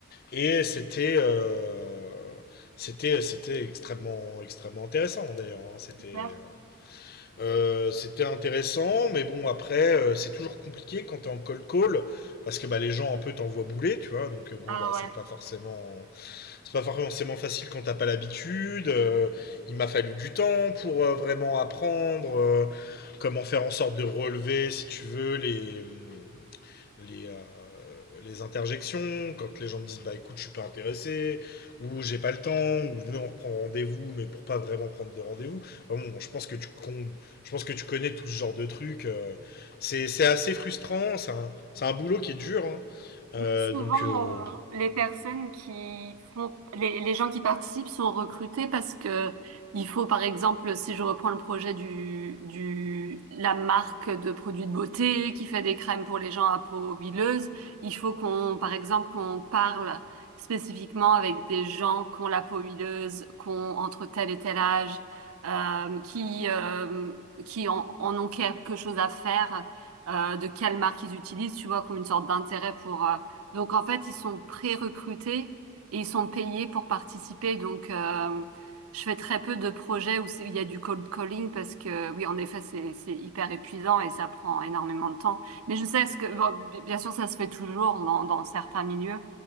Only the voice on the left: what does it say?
Et c'était euh, c'était c'était extrêmement extrêmement intéressant d'ailleurs. hein. C'était
euh, c'était intéressant, mais bon après euh, c'est toujours compliqué quand t'es en cold call parce que bah les gens un peu t'envoient bouler, tu vois. Donc euh, bon
bah c'est
pas forcément c'est pas forcément facile quand t'as pas l'habitude. euh, il m'a fallu du temps pour euh, vraiment apprendre euh, comment faire en sorte de relever, si tu veux, les, mm, les, euh, les interjections. Quand les gens me disent bah écoute, je suis pas intéressé, ou j'ai pas le temps, ou venez, on reprend rendez-vous, mais pour pas vraiment prendre de rendez-vous. Enfin bon, je pense que tu con- je pense que tu connais tout ce genre de trucs. euh, c'est c'est assez frustrant. C'est un, c'est un boulot qui est dur. hein.
Euh,
donc euh,